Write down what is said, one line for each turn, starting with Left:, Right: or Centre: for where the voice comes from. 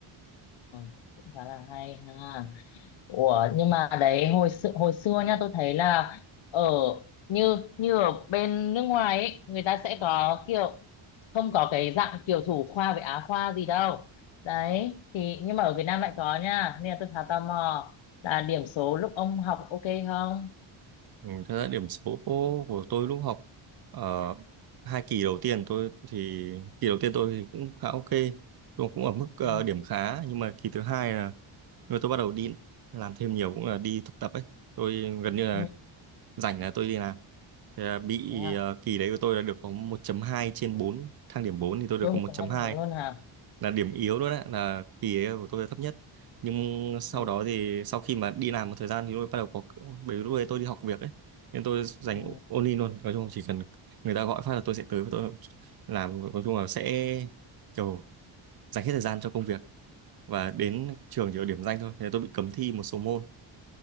Left: ờ, cũng khá là hay ha Ủa nhưng mà đấy hồi xưa, hồi xưa nha tôi thấy là ở như như ở bên nước ngoài ấy, người ta sẽ có kiểu không có cái dạng kiểu thủ khoa với á khoa gì đâu đấy thì nhưng mà ở Việt Nam lại có nha nên là tôi khá tò mò là điểm số lúc ông học ok không
Right: Ừ, Thật ra điểm số của tôi lúc học ở hai kỳ đầu tiên tôi thì kỳ đầu tiên tôi thì cũng khá ok tôi cũng ở mức ờ,
Left: ừ,
Right: điểm khá nhưng mà kỳ thứ hai là nhưng mà tôi bắt đầu đi làm thêm nhiều cũng là đi thực tập ấy tôi gần như là
Left: ừ,
Right: rảnh là tôi đi làm Thì là bị
Left: thế à
Right: ờ, kỳ đấy của tôi là được có một chấm hai trên bốn thang điểm 4 thì tôi được
Left: ôi
Right: có
Left: một
Right: một chấm
Left: hai
Right: hai
Left: bốn luôn hả
Right: là điểm yếu luôn đấy là kỳ ấy của tôi là thấp nhất nhưng sau
Left: ừ,
Right: đó thì sau khi mà đi làm một thời gian thì tôi bắt đầu có bởi vì lúc đấy tôi đi học việc ấy nên tôi dành
Left: ừ.
Right: only luôn nói chung chỉ cần người ta gọi phát là tôi sẽ tới và tôi làm nói chung là sẽ kiểu dành hết thời gian cho công việc và đến trường chỉ ở điểm danh thôi thế tôi bị cấm thi một số môn